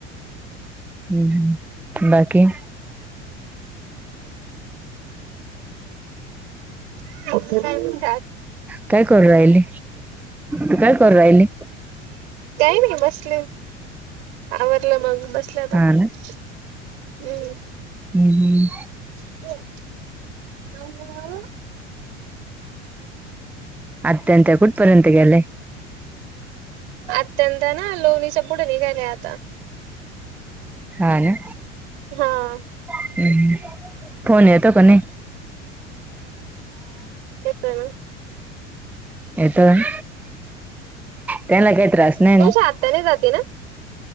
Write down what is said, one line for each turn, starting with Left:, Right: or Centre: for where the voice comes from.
Centre: हम्म हम्म बाकी
Right: <unintelligible> काही
Centre: काय करू राहिली? तू काय करू राहिली?
Right: नाही बसले आवरलं मग बसले. उथले आता
Centre: हा ना
Right: हम्म.
Centre: हम्म हम्म.
Right: <inaudible>
Centre: आत्याण त्या कुठपर्यत गेल्या?
Right: अत्यंत ना लोहणीच्यापोट <unintelligible> आता.
Centre: हा ना.
Right: हा.
Centre: हम्म फोन येतो क नी.
Right: येतं ना.
Centre: <unintelligible> <inaudible> त्याना काही त्रास नाही ना?
Right: हाताने जाते ना?